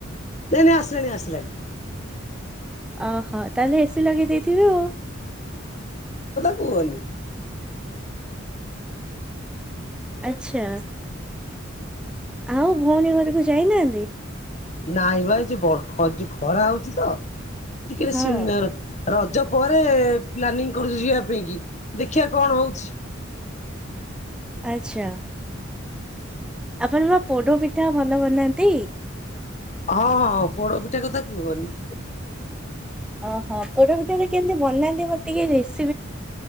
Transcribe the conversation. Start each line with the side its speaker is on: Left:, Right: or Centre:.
Left: ଏଇନେ ଆସିଲାଣି ଆସିଲାଣିି।
Centre: ଆ ହା ତାହେଲେ ଏ ସି ଲଗେଇ ଦେଇଥିବ ଆଉ।
Left: କୁଅନି।
Centre: ଆଚ୍ଛା। ଆଉ ଭଉଣୀ ଘରକୁ ଯାଇନାହାନ୍ତି?
Left: ନାଇଁ ବା ଏଇ ଯୋ ବ ଖ ଯୋଉ ଖରା ହଉଛି ତ ଟିକେଟ
Centre: ହଁ
Left: ସିମନାର ରଜ ପରେ-ଏ-ଏ ପ୍ଲାନିଂ କରୁଛୁ ଯିଆ ପାଇଁ କି। ଦେଖିବା କଣ ହଉଛି।
Centre: ଆଚ୍ଛା ଆପଣ ବା ପୋଡ ପିଠା ଭଲ ବନାନ୍ତି।
Left: ହଁ ହଁ ପୋଡ ପିଠା କଥା କୁହନି।
Centre: ଓହୋ ପୋଡ ପିଠା ଟା କେମିତି ବନାନ୍ତି ମତେ ଟିକେ ରେସ